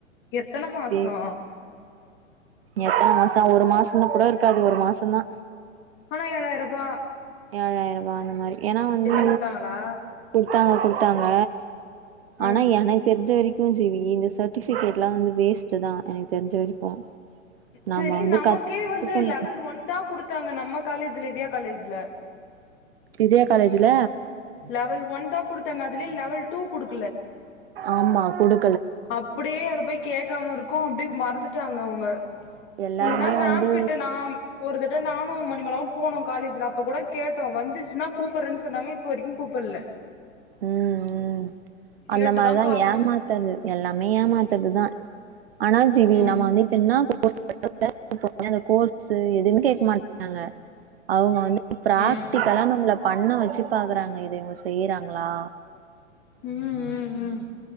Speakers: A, on the left (about 30°); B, on the right (about 50°).
A: எத்தன மாசோ
B: ஏ எத்தன மாசோ ஒரு மாசம்ன்ன கூட இருக்காது ஒரு மாசந்தா
A: ஆனா ஏழாயிரரூபா
B: ஏழாயிரம் அ இந்த மாரி ஏன்னா வந்து
A: குடுத்தாங்களா
B: குடுத்தாங்க குடுத்தாங்க
A: ம்
B: ஆனா எனக்கு தெரிஞ்ச வரைக் ஜீவி இந்த சர் சர்டிபிகேட் எல்லா வந்து வேஸ்டு தா எனக்கு தெரிஞ்ச வரைக்கு நாம
A: சரி
B: வந்து
A: நமக்கே
B: கத்துக்கணும்
A: வந்து லெவல் ஒன் தா குடுத்தாங்க நம்ம காலேஜ்ல இதயா காலேஜ்ல
B: இதயா காலேஜுல
A: லெவல் ஒன் தா குடுத்தங்க அதுலே லெவல் டூ குடுக்
B: ஆமா குடு
A: அப்டியே அத போய் கேட்காம இருக்கு அப்டியே மறந்துட்டாங்க அவுங்க
B: எல்லாருமே
A: இல்லன்னா மேம்
B: வந்து
A: கிட்ட நா ஒரு திட்ட நானு மண நம்மளாம் போனோ காலேஜ்ல அப்ப கூட கேட்டோ வந்துருச்ன்னா கூப்பிடறேன்னு சொன்னாங்க இப்போ வரைக்கு கூப்புட்ல
B: உம் உம்
A: கேட்டுதா
B: அந்த மாரிதா
A: பாக்கணு
B: ஏமாத்துறது எல்லாமே ஏமாத்துறதுதா ஆனா ஜீவி
A: ம்
B: நம்ம வந்து இப்ப என்னா <unintelligible> சரி எதுன்னு கேட்க மாட்டாங்க அவுங்க வந்து பிராக்டிகலா
A: ம்
B: நம்மல பண்ண வச்சு பாக்குறாங்க இத இவுங்க செய்றாங் ஆ
A: ம் ம் ம்